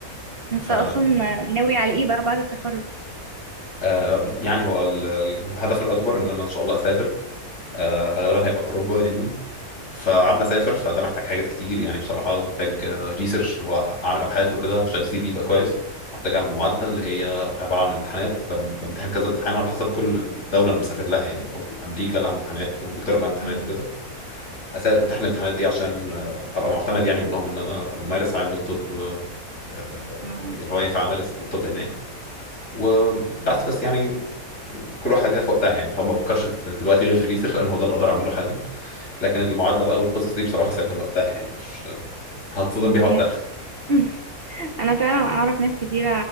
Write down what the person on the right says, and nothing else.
انت
اصلا ناوي على ايه بقى بعد التخرج
مم.
انا
هي <laughs> انا فعلا اعرف ناس كتيره